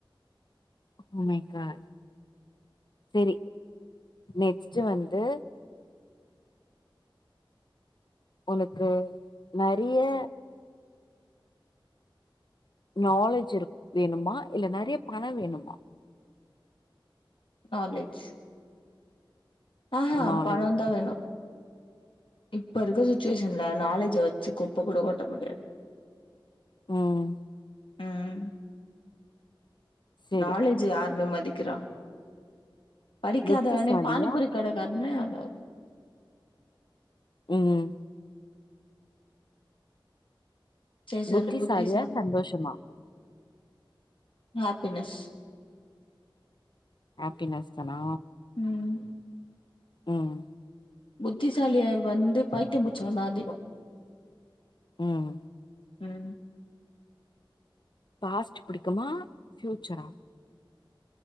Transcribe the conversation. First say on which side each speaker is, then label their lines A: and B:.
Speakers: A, on the left (about 60°); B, on the left (about 75°).
A: oh my god sorry next வந்து உனக்கு நெறைய நாலேஜ் இருக் வேணுமா இல்ல நெறைய பண வேணுமா
B: நாலேஜ் ஆ ஹா
A: நாலேஜ்
B: பணந்தா வேணு இப்ப இருக்க சுச்சுவேஷன்ல நாலேஜ வெச்சு குப்ப கூட கொட்ட முடியாது
A: ம்
B: ம்.
A: செரி
B: நாலேஜு யாருமே மதிக்கிறா படிக்காதவனே
A: புத்திசாலியா
B: பானிபுரி கடைக்காரனே அந்த
A: ம் ம்
B: சேரி சொல்லு
A: புத்திசாலியா
B: புத்திசாலி
A: சந்தோஷமா
B: ஹாப்பினஸ்
A: ஹாப்பினஸ் தானா
B: ம்
A: ம்
B: புத்திசாலிய வந்து பைத்தியம் புடுட்சவந்தா அதிகோ
A: ம்
B: ம்
A: பாஸ்ட் புடிக்குமா ஃப்யூச்சரா